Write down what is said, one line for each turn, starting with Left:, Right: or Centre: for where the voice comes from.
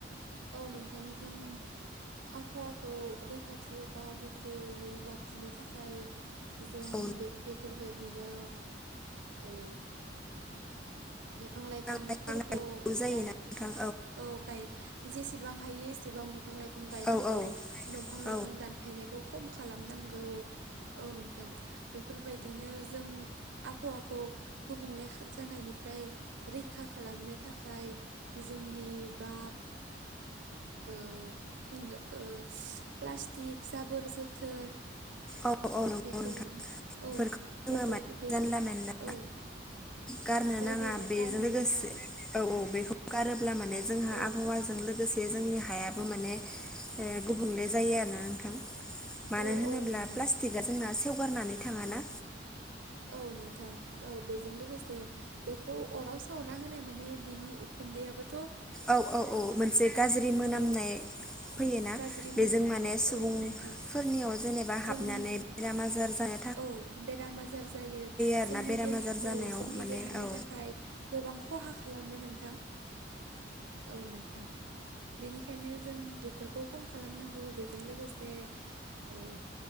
Right: औ नोंथां जों आबहावाखौ रैखाथि एबा गोग्गोयै लाखिनो थाखाय जों
Centre: औ बिफां
Right: बे बेफोरबायदिनो ओ बिफां लाइफांफोरखौ
Centre: लाइफां गायनांगौ जायोना
Right: दान
Centre: नोंथां
Right: औ गाय जेसेबां हायो एसेबां बिफां लाइफां गायनांगौ
Centre: औ औ
Right: दंफां लाइफां
Centre: औ
Right: दानफायनाय खौ खम खालामनांगौ औ नोंथां बेफोरबायदिनो जों आबहावाखौ गुबुंले खा जानायनि फ्राय रैखा खालामनो थाखाय जोंनि बा ओ ओ प्लास्टिक जाबोर जोथोर
Centre: औ औ नंगौ
Right: बेफोर
Centre: नोंथां बेफोरखौ
Right: औ
Centre: जोङो
Right: बेफोर
Centre: माने
Right: बेफोर
Centre: जानला मेनला
Right: औ
Centre: गारनो
Right: जायगायाव
Centre: नाङा बेजों
Right: गारनो
Centre: लोगोसे
Right: नाङा
Centre: औ औ बेखौ गारोब्ला माने जोंहा
Right: औ
Centre: आबहावाजों लोगोसे जे जोंनि हायाबो माने ओ गुबुंले जायो आरोना नोंथां मानो
Right: औ
Centre: होनोब्ला
Right: औ नोंथां
Centre: प्लाटिक आ जोंना सेवगारनानै थाङा ना।
Right: औ नोंथां औ बेजों लोगोसे बेखौ अराव सावना होनाय माने बिनि उखुन्दैयाबो
Centre: औ औ औ मोनसे गाज्रि मोनामनाय
Right: औ
Centre: फैयोना
Right: गाज्रि
Centre: बेजों
Right: मोनामनाय
Centre: माने सुबुंफोरनियाव
Right: औ नोंथां
Centre: जेनेबा
Right: जोंनि
Centre: हाबनानै बेराम आजार जानाय
Right: औ बेराम आजार जायो
Centre: आरोना
Right: जोंनि
Centre: बेराम
Right: देहा
Centre: आजार जानायाव
Right: औ जोंनि
Centre: माने
Right: देहानि
Centre: औ
Right: थाखाय गोबां खहा खालामो नोंथां। औ नोंथां। बेनिखायनो जों बेफोरखौ खम खालामनांगौ बेजों लोगोसे ओ